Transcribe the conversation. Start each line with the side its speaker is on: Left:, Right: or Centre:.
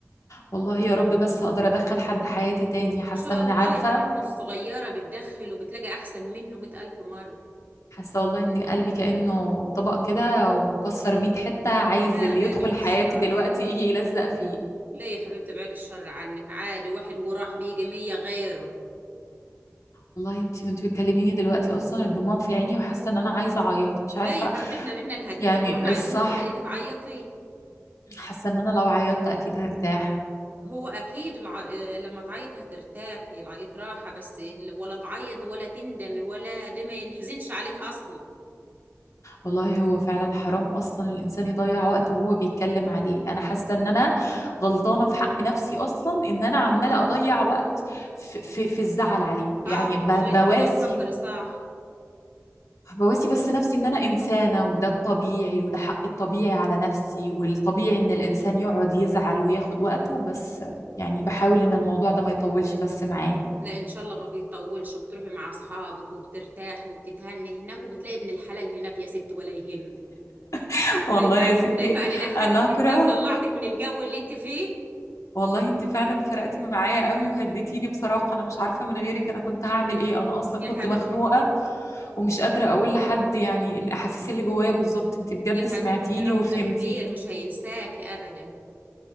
Left: والله يا رب بس هقدر ادخل حد حياتي تاني حاسه
Right: إن شاء
Left: ان
Right: الله
Left: عارفه
Right: يا حبيبتي الصغيرة بتدخل وبتلاقي أحسن منه مئة ألف مرة
Left: حاسه والله ان قلبي كانه طبق كده ومكسر 100 حته عايز
Right: لا
Left: اللي
Right: لا
Left: يدخل
Right: بعيد
Left: حياتي
Right: الشر
Left: دلوقتي يجي يلزق فيه
Right: لا يا حبيبتي بعيد الشر عنك عادي واحد وراح بيجي مية غيره
Left: والله انتي وانتي بتكلميني دلوقتي اصلا الدموع في عيني وحاسه ان انا عايزه اعيط مش
Right: لا
Left: عارفه
Right: يا حبيبتي احنا بدنا نهديك
Left: يعني
Right: واحنا عايزين
Left: الصح
Right: نخليك تعيطي
Left: حاسه ان انا لو عيطت اكيد هرتاح
Right: هو أكيد الع... لما تعيطي هترتاحي العيط راحة بس ال- ولا تعيطي ولا تندمي ولا ده ما ينحزنش عليه أصلا
Left: والله هو فعلا حرام اصلا الانسان يضيع وقته وهو بيتكلم عليه انا حاسه ان انا غلطانه في حق نفسي اصلا ان انا عماله اضيع وقت في, في, في الزعل عليه
Right: صح
Left: يعني ب-
Right: والله انت
Left: بواسي
Right: كده بتفكري صح
Left: بواسي بس نفسي ان انا انسانه وده الطبيعي وده حق الطبيعي على نفسي والطبيعي ان الانسان يقعد يزعل وياخد وقته بس يعني بحاول ان الموضوع ده ما يطولش بس معاه
Right: لا ان شاء الله ما بيطولش وبتروحي مع اصحابك وبترتاحي وبتتهني هناك وبتلاقي ابن الحلال هناك يا ست ولا يهم
Left: <laughs> والله
Right: شايفه
Left: يا ستي
Right: شايفه انا ضحكتك
Left: انا اكره
Right: ازاي وطلعتك من الجو اللي انت فيه
Left: والله انت فعلا فرقتي معايا قوي وهديتيني بصراحه انا مش عارفه من غيرك انا كنت هعمل ايه انا اصلا
Right: يا
Left: كنت
Right: حبيبتي
Left: مخنوقه ومش قادره اقول لحد يعني الاحاسيس اللي جوايا بالظبط انت بجد
Right: يا حبيبتي
Left: سمعتيني
Right: ربنا
Left: وفهمتيني
Right: كبير مش هينساكي ابدا